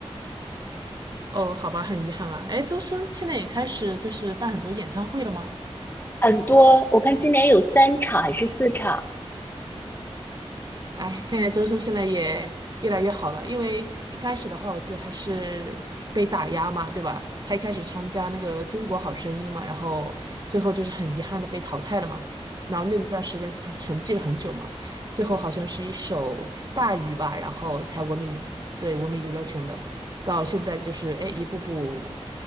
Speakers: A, on the right; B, on the left.
A: 哦，好吧，很遗憾啊。诶，周深现在也开始就是办很多演唱会了吗？
B: 很多，我看今年有三场还是四场，
A: 哎，看起来周深现在也越来越好了，因为一开始的话，我记得他是被打压嘛，对吧？他一开始参加那个《中国好声音》嘛，然后最后就是很遗憾的被淘汰了嘛。然后那段时间他沉寂了很久嘛，最后好像是一首《大鱼》吧，然后才闻名，对，闻名娱乐圈的。到现在就是哎，一步步